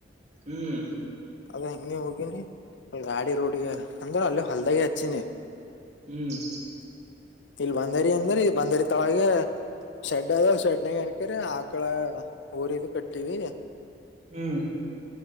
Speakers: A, on the right; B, on the left.
A: ಹ್ಮ್
B: ಅದ ಹಂಗೆ ಹೋಗಿನಿ ಗಾಡಿ ರೋಡಿಗೆ ಅಂದ್ರ ಅಲ್ಲೇ ಹೊಲ್ದಾಗೆ ಹಚ್ಚಿನಿ.
A: ಹ್ಮ್
B: ಇಲ್ ಬಂದರಿ ಅಂದ್ರ ಇ ಬಂದರಿ ತೆಳಗೆ ಶೆಡ್ ಅದ ಶೆಡ್ನಗ ಅಣಕರಿ ಮಕ್ಕಳ ಊರಿಗೂ ಕಟ್ಟೀವಿ
A: ಹ್ಮ್